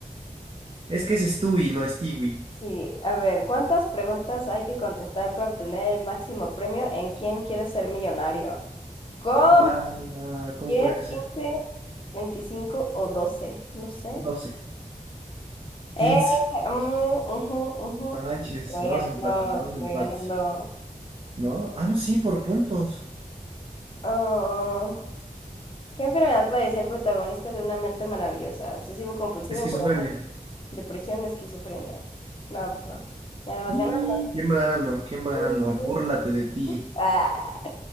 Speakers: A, on the right (about 35°); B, on the left (about 35°).
A: Es que es Stewie, no Stewie.
B: Sí, a ver, ¿cuántas preguntas hay que contestar para obtener el máximo premio en ¿Quién quiere ser millonario? ¿Cómo?
A: Ma... ¿Cómo
B: diez
A: puede ser?
B: quince 25 o doce No sé.
A: 12.
B: Eh,
A: 15.
B: mm, ujú, ujú.
A: No Manches,
B: Te voy
A: dos
B: ganando,
A: empates, dos
B: te voy
A: empates.
B: ganando.
A: No, ah, no, sí, por puntos.
B: Ah, ¿qué enfermedad padecía el protagonista de Una mente maravillosa? Obsesivo compulsivo,
A: Esquizofrenia.
B: por depresión, esquizofrenia. No, pues no. Ya me vas
A: ¿Y
B: ganando.
A: quién va ganando? ¿Quién va ganando?
B: Uh, uh,
A: Búrlate de ti.
B: ah.